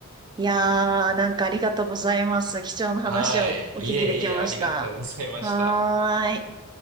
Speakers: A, on the right; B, on the right.
A: いやー、なんかありがとうございます。貴重な話をお聞きできました。
B: はい。いえいえ、ありがとうございました。
A: はーい。